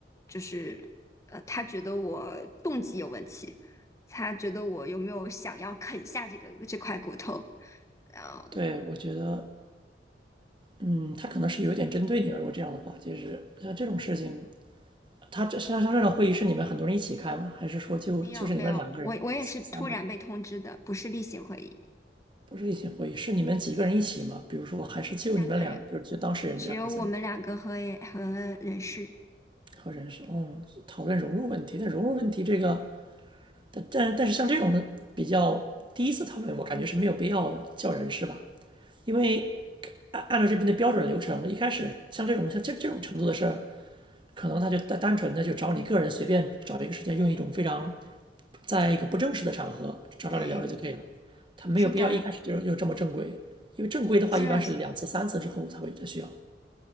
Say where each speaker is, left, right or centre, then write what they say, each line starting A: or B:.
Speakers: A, on the left (about 15°); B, on the right (about 25°).
A: 就是呃他觉得我动机有问题，他觉得我有没有想要啃下这个这块骨头，然后
B: 对，我觉得，嗯，他可能是有点针对你了。如果这样的话，就是像这种事情，他这像像这种会议是你们很多人一起开吗？还是说就就是你们两个人、
A: 没有没有，我我也是突然被通知的，
B: 三个人？
A: 不是例行会议，
B: 不是例行会议，是你们几个人一起嘛？比如说，还是就你们俩，
A: 三个人
B: 就是就当事人这样子，
A: 只有我们两个和和人事，
B: 和人事，嗯，讨论融入问题。但融入问题这个，但但但是像这种比较第一次讨论，我感觉是没有必要叫人事吧，因为按按照这边的标准流程，一开始像这种像这这种程度的事儿，可能他就单单纯的就找你个人随便找一个时间，
A: 对
B: 用一种非常在一个不正式的场合找找你聊聊就可以了，
A: 对，
B: 他没有必要一开始就就这么正规，
A: 是的，
B: 因为正规的话一般是两次三次之后才会再需要，
A: 这